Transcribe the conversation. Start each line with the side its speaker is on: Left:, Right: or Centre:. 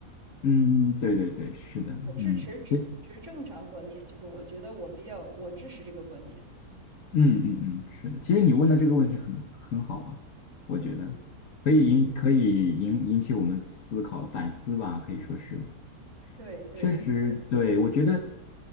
Left: 嗯，对对对，是的，
Right: 我是持持持正常观点，
Left: 嗯，所以
Right: 就是我觉得我比较我支持这个观点。
Left: 嗯嗯嗯，是的。其实你问的这个问题很很好啊，我觉得可以引可以引引起我们思考反思吧，
Right: 嗯嗯，
Left: 可以说是
Right: 对对
Left: 确实，对，我觉得